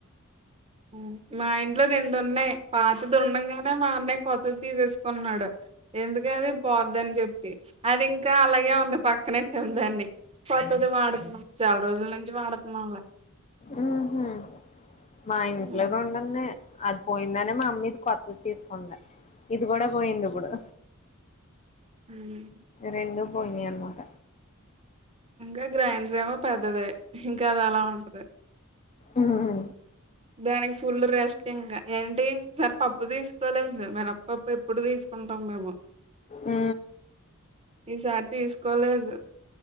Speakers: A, on the right; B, on the left.
A: ఉమ్ మా ఇంట్లో రెండు ఉన్నాయి పాతది ఉండంగానే మా అన్నయ్య కొత్తది తీసేసుకున్నాడు ఎందుకది పోద్దని చెప్పి అది ఇంకా అలాగే ఉంది పక్కనెట్టెం దాన్ని కొత్తది వాడతనం చాలా రోజుల నుంచి వాడుత నంలే
B: ఉ హూ మా ఇంట్లో
A: హ్మ్.
B: <unintelligible> డున్నాయి అది పోయిందనే, మా అమ్మ ఇది కొత్తది తీసుకుంది. ఇది కూడా పోయింది ఇప్పుడు.
A: హ్మ్.
B: రెండూ పోయినాయి అన్మాట
A: ఇంకా గ్రైండర్ ఏమో పెద్దదే ఇంకా అది అలా ఉంటది
B: ఉహుహూ
A: దానికి ఫుల్ రెస్ట్ ఇంకా, ఏంటి ఈసరి పప్పు తీసుకోలేందు! మినప్పప్పు ఎప్పుడు తీసుకుం. టాం మేము
B: ఉ
A: ఈసారి తీసుకోలేదు